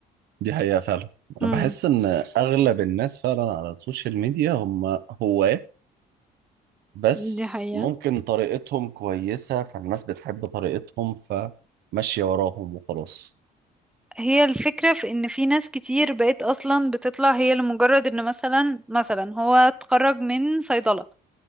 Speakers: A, on the right; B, in the centre.
A: دي حقيقة فعلا
B: امم
A: أنا بحس إن أغلب الناس فعلا على السوشيال ميديا هم هواة بس
B: دي حقيقة
A: ممكن طريقتهم كويسة فالناس بتحب طريقتهم فماشية وراهم وخلاص
B: هي الفكرة في ان في ناس كتير بقت اصلا بتطلع هي لمجرد ان مثلا مثلا هو اتخرج من صيدلة